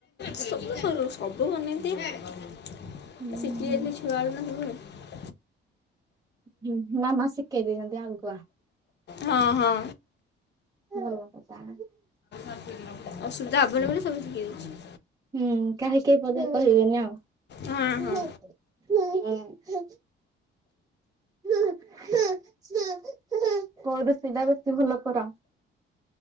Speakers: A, on the left; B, on the right.
A: ସବୁ କରୁ ସବୁ ବନେଇଦୀଏ। ଶିଖି
B: ହୁଁ
A: ଯାଇଥିଲା ଛୁଆ ବେଳୁ ନା ସବୁ।
B: ହୁଁ ମାମା ଶିଖେଇ ଦେଇଛନ୍ତି ଆଗୁଆ।
A: ହଁ ହଁ
B: ଭଲ କଥା।
A: <inaudible> ଅସୁବିଧା ହବନ ବୋଲି ସବୁ ଶିଖି ଯାଉଚି।
B: ହୁଁ କାହିଁ କିଏ ପଦେ କହିବେନି ଆଉ ହୁଁ
A: ହଁ ହଁ
B: ହୁଁ ହୁଁ। ହେଁ ହୁଁ ହୁଁ ହୁଁ କୋଉ ରୋଷେଇଟା ବେଶୀ ଭଲ କର?